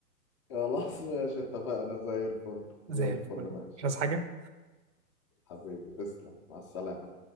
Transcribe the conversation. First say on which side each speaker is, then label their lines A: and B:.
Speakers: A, on the left; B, on the right.
A: خلاص ماشي اتفقنا زي الفل
B: زي
A: زي الفل
B: الفل
A: ماشي
B: مش عايز حاجه
A: حبيبي تسلم مع السلامة